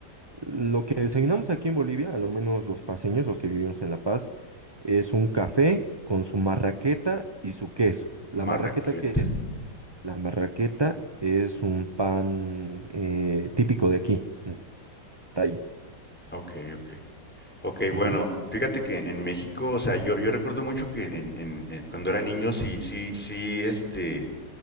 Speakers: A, on the right; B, in the centre.
A: lo que desayunamos aquí en Bolivia, al menos los paseños, los que vivimos en La Paz, es un café con su marraqueta y su queso. La
B: Marraqueta.
A: marraqueta que es La marraqueta es un pan eh, típico de aquí, en Talla.
B: Ok, ok. Ok, bueno,
A: Ujú.
B: fíjate que en México, o sea, yo, yo recuerdo mucho que en, en- en- cuando era niño sí, sí, sí, este,